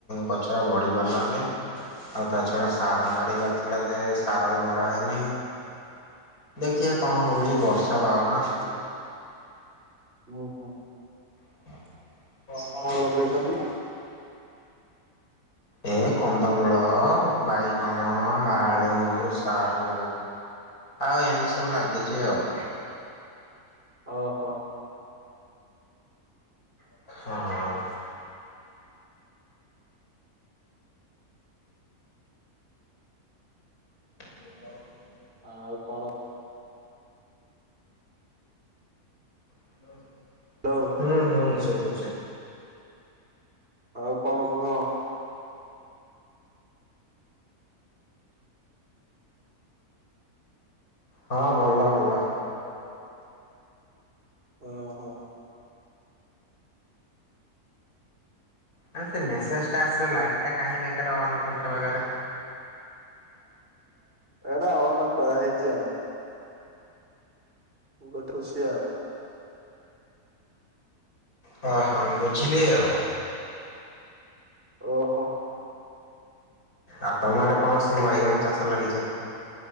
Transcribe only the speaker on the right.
ହୁଁ
ଓହୋ।
ଲଗେଇଛନ୍ତି?
ଓହୋ।
ଆଉ କଣ
ହେଲୋ।
ଆଉ କଣ କୁହ?
<unintelligible> ହୁଁ ହୋଁ।
ଏଇଟା ଆମର କରାହେଇଛି ଆଉ। ଗୋ ଠୁସି ଆଉ।
ଓହୋ।